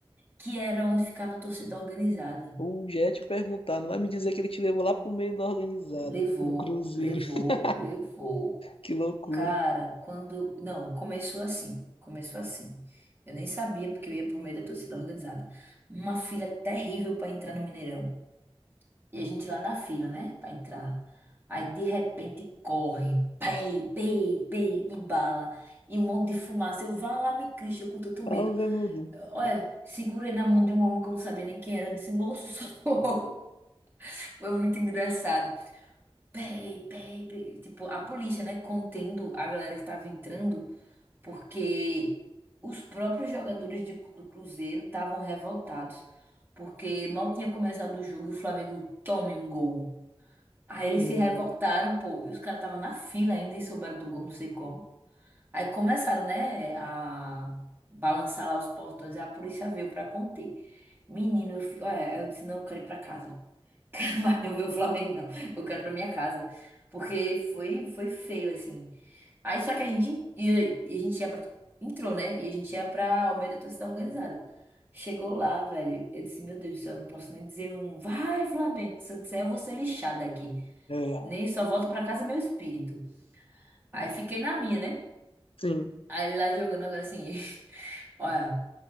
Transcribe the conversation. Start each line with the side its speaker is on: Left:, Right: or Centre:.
Right: que era onde ficava a torcida organizada.
Left: O Jet perguntar, não vai me dizer que ele te levou lá pro meio da organizada,
Right: Levou,
Left: do Cruzeiro.
Right: levou,
Left: <laughs>
Right: levou.
Left: Que loucura.
Right: Cara, quando. Não, começou assim. Começou assim. Eu nem sabia porque eu ia por meio da torcida organizada. Uma fila terrível para entrar no Mineirão. E a gente lá na fila, né? Para entrar. Aí de repente corre. Pei, pei, pei, e bala. E um monte de fumaça. Eu vá lá, me Cristo, eu com tanto
Left: Ave,
Right: medo.
Left: meu Deus.
Right: Olha, segurei na mão de um homem que eu não sabia nem quem era. Eu disse, moço, socorro. <laughs> Foi muito engraçado. Pei, pei, pei. Tipo, a polícia, né, contendo a galera que tava entrando, porque os próprios jogadores de- do Cruzeiro estavam revoltados. Porque mal tinha começado o jogo e o Flamengo tome um gol. Aí eles
Left: Hum,
Right: se revoltaram, pô. E os caras estavam na fila ainda e souberam do gol, não sei como. Aí começaram, né, a balançar lá os portões, aí a polícia veio pra conter. Menino, eu, fi- olha, eu disse, não, eu quero ir pra casa. <laughs> Quero mais não ver o Flamengo, não. Eu quero ir pra minha casa. Porque foi, foi feio, assim. Aí só que a gente ia, e a gente ia pra, entrou, né? E a gente ia pra Almeida da torcida organizada. Chegou lá, velho. Eu disse, meu Deus do céu, eu não posso nem dizer um vai, Flamengo, que se eu disser, eu vou ser lixada aqui.
Left: É,
Right: Nem só volto pra casa é meu espírito. Aí fiquei na minha, né?
Left: sim.
Right: Aí lá jogando agora assim. <laughs> Olha,